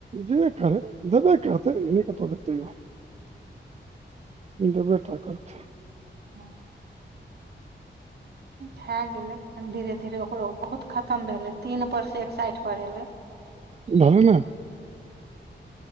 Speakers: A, on the right; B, on the right.
A: जे करै देबे करतै नहि कतहु देतै दबे टा करतेय
B: हँ भए गेले धीरे धीरे ओकरो बहुत खतम भेले तीन पर से एक साठि पर एले
A: भलय नऽ